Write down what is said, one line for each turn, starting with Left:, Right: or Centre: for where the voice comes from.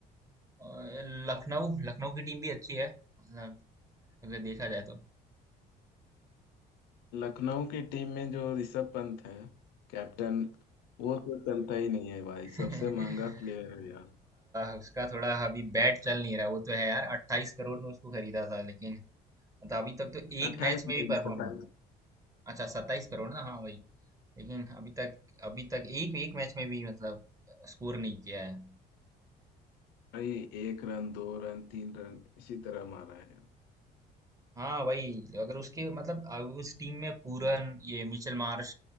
Right: अ, लखनऊ लखनऊ की टीम भी अच्छी है मतलब अगर देखा जाए तो
Left: लखनऊ की टीम में जो ऋषभ पंत है कैप्टन वो तो चलता ही नहीं है भाई
Right: <laughs>
Left: सबसे
Right: अ,
Left: महंगा प्लेयर है यार
Right: उसका थोड़ा अभी बैट चल नहीं रहा वो तो है यार 28 करोड़ में उसको खरीदा था लेकिन मतलब अभी तक तो एक
Left: अट्ठाईस
Right: मैच में
Left: नहीं
Right: भी परफॉर्म
Left: सत्ताईस
Right: नहीं है अच्छा 27 करोड़ ना हाँ भाई लेकिन अभी तक अभी तक एक एक मैच में भी मतलब स्कोर नहीं किया है
Left: भाई एक रन दो रन तीन रन इसी तरह मारा है
Right: हाँ वही अगर उसके मतलब अ, उस टीम में पूरन ये मिचेल मार्श